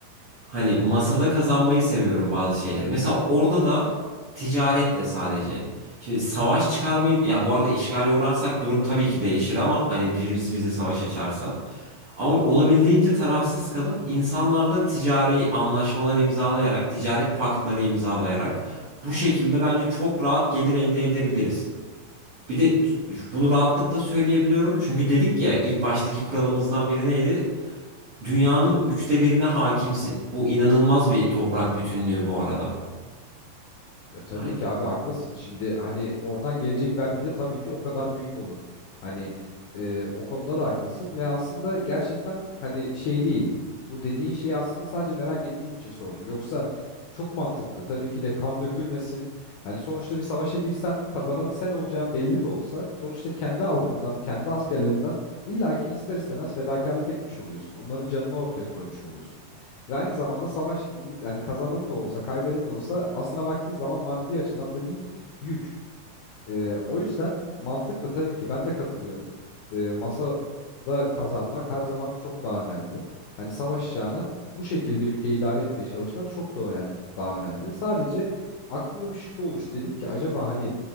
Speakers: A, on the right (about 70°); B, on the left (about 80°).
A: Hani masada kazanmayı seviyorum bazı şeyleri. Mesela orada da ticaretle sadece. Şimdi savaş çıkarmayı ya bu arada işgale uğrarsak durum tabii ki değişir ama hani birisi bize savaş açarsa. Ama olabildiğince tarafsız kalıp insanlarla ticari anlaşmalar imzalayarak, ticaret paktları imzalayarak bu şekilde bence çok rahat gelir elde edebiliriz. Bir de bunu rahatlıkla söyleyebiliyorum. Çünkü dedik ya ilk baştaki kuralımızdan biri neydi? Dünyanın üçte birine hakimsin. Bu inanılmaz bir toprak bütünlüğü bu arada.
B: Ya tabii
A: Hani
B: ki abi haklısın. Şimdi hani oradan gelecek vergi de tabii ki o kadar büyük olur. Hani e, o konuda da haklısın ve aslında gerçekten hani şey değil. Bu dediğin şeyi aslında sadece merak ettiğim için sordum. Yoksa çok mantıklı. Tabii ki de kan dökülmesin. Hani sonuçta bir savaşa girsen kazananı sen olacağın belli de olsa sonuçta kendi halkından, kendi askerlerinden illaki ister istemez fedakarlık etmiş oluyorsun. Onların canını ortaya koymuş oluyorsun. Ve aynı zamanda savaş yani kazanan da olsa kaybeden de olsa aslına baktığın zaman maddi açıdan da bir yük. Ee, o yüzden mantıklı tabii ki ben de katılıyorum. Ee, masada kazanmak her zaman çok daha önemli. Hani savaşacağına bu şekilde ülkeyi idare etmeye çalışmak çok da önemli, daha önemli. Sadece aklımda bir şüphe oluştu. Dedim ki acaba hani